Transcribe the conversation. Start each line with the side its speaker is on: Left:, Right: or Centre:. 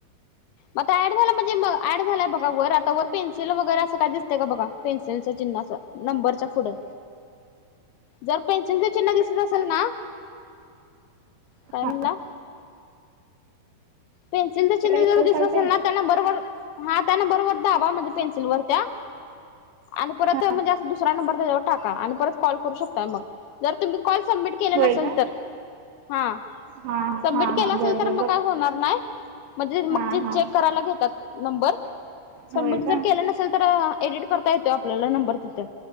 Left: मग का ॲड झाला म्हणजे म ॲड झालाय बघा वर आता वर पेन्सिल वगैरे असं काय दिसते का बघा पेन्सिलचं चिन्ह असं. नंबरच्या पुढं, जर पेन्सिलचे चिन्ह दिसत असेल ना, काय
Right: हां
Left: म्हणला? पेन्सिलच चिन्ह
Right: बॅकला
Left: जर
Right: गेलं
Left: दिसलं
Right: चालते
Left: असेल ना, त्या नंबर वर हा त्या नंबर वर दाबा म्हणजे पेन्सिलवर त्या आणि परत
Right: हां
Left: म्हणजे अस दुसरा नंबर त्याच्यावर टाका. आणि परत कॉल करू शकताय मग. जर तुम्ही कॉल सबमिट केलं
Right: होय
Left: नसेल
Right: का
Left: तर, हा,
Right: हां
Left: सबमिट
Right: हां
Left: केला
Right: हां
Left: असेल
Right: बरं
Left: तर
Right: बरं
Left: मग
Right: बघ
Left: काय होणार नाही. म्हणजे मग
Right: हां
Left: ते
Right: हां
Left: चेक करायला घेतात नंबर, सबमिट
Right: होय
Left: जर
Right: का
Left: केलं न सल तर, एडिट करता येतो आपल्याला नंबर तिथं.